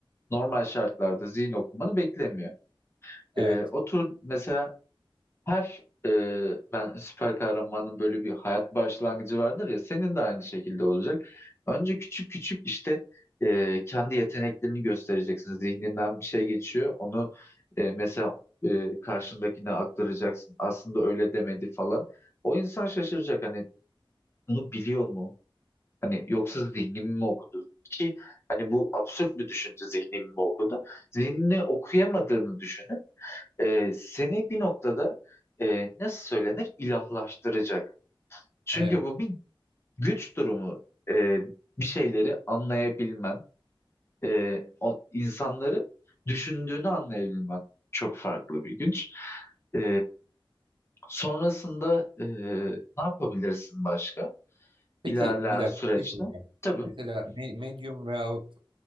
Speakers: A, on the left; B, on the right.
A: normal şartlarda zihin okumanı beklemiyor.
B: Evet.
A: E, otur mesela her e, ben süper kahramanın böyle bir hayat başlangıcı vardır ya senin de aynı şekilde olacak. Önce küçük küçük işte e, kendi yeteneklerini göstereceksin. Zihninden bir şey geçiyor. Onu e, mesela e, karşındakine aktaracaksın. Aslında öyle demedi falan. O insan şaşıracak hani bunu biliyor mu? Hani yoksa zihnimi mi okudu? Ki hani bu absürt bir düşünce zihnimi mi okudu? Zihnini okuyamadığını düşünün e, seni bir noktada e, nasıl söylenir ilahlaştıracak. Çünkü
B: Evet.
A: bu bir güç durumu. E, bir şeyleri anlayabilmen, e, o, insanların düşündüğünü anlayabilmen çok farklı bir güç. E, sonrasında e, ne yapabilirsin başka?
B: Peki
A: İlerleyen
B: bir dakika
A: süreçte.
B: bir şey soracağım.
A: Tabii.
B: Mesela me- medium veyahut